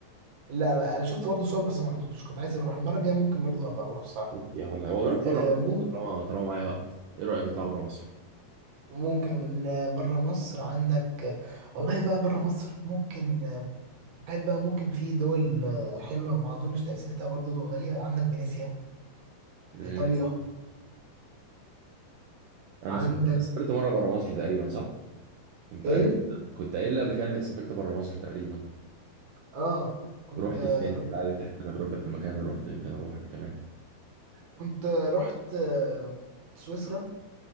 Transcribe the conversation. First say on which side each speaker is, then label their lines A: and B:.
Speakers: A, on the right; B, on the right.
A: لا ما- أنا شفت برضه صور بس ما رحتوش كنت عايز أروح المرة الجاية ممكن برضه أبقى أروح الصراحة
B: يا والله والله روح بره
A: آه،
B: مصر
A: مم-
B: طالما طالما معايا وقت ايه رأيك اطلع بره مصر
A: ممكن بره مصر عندك والله بقى بره مصر ممكن آه، حاجات بقى ممكن في دول آه، حلوة ما أظنش تأثيرتها برضو غالية عندك فينيسيا
B: انا
A: في إيطاليا
B: أنا
A: عندك
B: سمعت انك سافرت مرة بره مصر تقريبا صح كنت
A: إيه؟
B: قايل كنت قايل لي قبل كده انك سافرت بره مصر تقريبا
A: آه كنت
B: رحت
A: آه،
B: فين
A: رحت
B: عايزك تحكي تجربتك في المكان اللي رحت يمكن اروح انا كمان
A: كنت آه، رحت آه، سويسرا